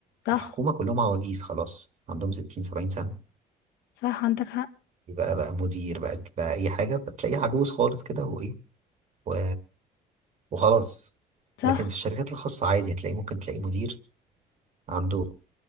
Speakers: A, on the left (about 80°); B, on the right (about 45°).
A: صح
B: الحكومة كلهم عواجيز خلاص عندهم ستين سبعين سنة
A: صح عندك حق
B: يبقى بقى مدير بقى بقى أي حاجة بتلاقيه عجوز خالص كده وإيه و... وخلاص
A: صح
B: لكن في الشركات الخاصة عادي هتلاقي ممكن تلاقي مدير عنده